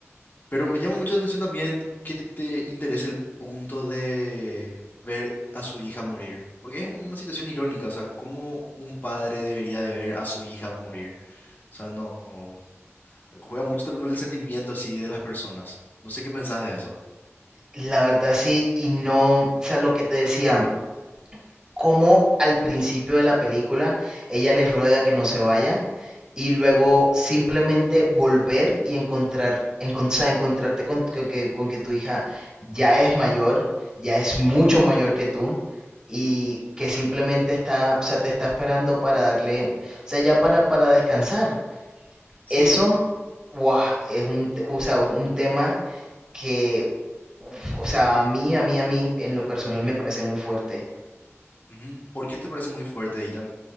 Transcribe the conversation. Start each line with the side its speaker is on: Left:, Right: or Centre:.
Left: Pero me llama mucho la atención también que te interese el punto de ver a su hija morir, porque es una situación irónica, o sea, cómo un padre debería de ver a su hija morir. O sea, no juega mucho también con el sentimiento así de las personas. No sé qué pensás de eso.
Right: La verdad sí, y no, o sea, lo que te decía, cómo al principio de la película ella les ruega que no se vaya y luego simplemente volver y encontrar, encon- o sea, encontrarte con, con que, con que tu hija ya es mayor, ya es mucho mayor que tú y que simplemente está, o sea, te está esperando para darle, o sea, ya para, para descansar.
Left: Sí,
Right: Eso, wow, es un, te- o sea, un tema que, uf, o sea, a mí, a mí, a mí, en lo personal me parece muy fuerte.
Left: ujú. ¿Por qué te parece muy fuerte, Ethan?